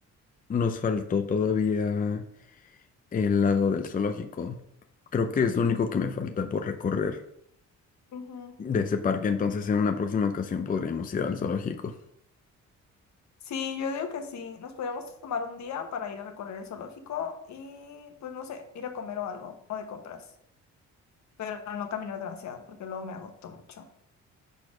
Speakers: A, on the left; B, on the left.
A: nos faltó todavía el lado del zoológico. Creo que es lo único que me falta por recorrer
B: Ujú.
A: de ese parque, entonces en una próxima ocasión podríamos ir al zoológico.
B: Sí, yo digo que sí. Nos podríamos tomar un día para ir a recorrer el zoológico y, pues no sé, ir a comer o algo o de compras. Pero no caminar demasiado porque luego me agoto mucho.